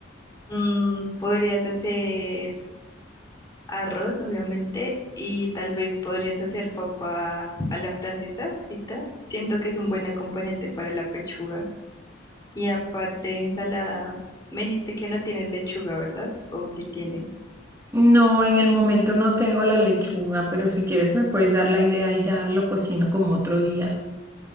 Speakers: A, on the left; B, on the right.
A: mm, podrías hacer arroz, obviamente, y tal vez podrías hacer papa a la francesa frita. Siento que es un buen acompañante para la pechuga. Y aparte, ensalada, me dijiste que no tienes lechuga, ¿verdad? ¿O si tienes?
B: No, en el momento no tengo la lechuga, pero si quieres me puedes dar la idea y ya lo cocino como otro día.